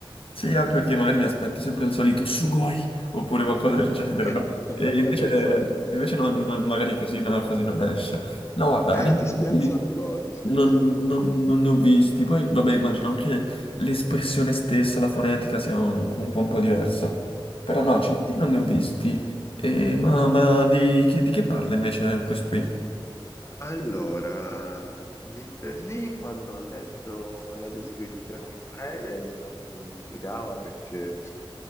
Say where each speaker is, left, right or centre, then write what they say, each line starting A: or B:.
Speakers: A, on the left; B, on the left.
A: Sì, anche perché magari mi aspetto sempre il solito sugoi oppure qualcosa del genere,
B: <laughs>
A: no? E invece,
B: Esatto.
A: invece non, non- magari così, no, così non esce. No, guarda,
B: Eh,
A: animati
B: ti spiazza un po', ti spiazza
A: non,
B: un po'.
A: non- non ne ho visti. Poi, vabbè, immagino anche l'espressione stessa, la fonetica sia un, un po', un po' diversa.
B: Mm,
A: Però no,
B: mm.
A: cinesi non ne ho visti. E, ma ma di, chi- di che parla invece questo qui?
B: Allora, lì per lì, quando ho letto la descrizione in breve, non mi intrigava perché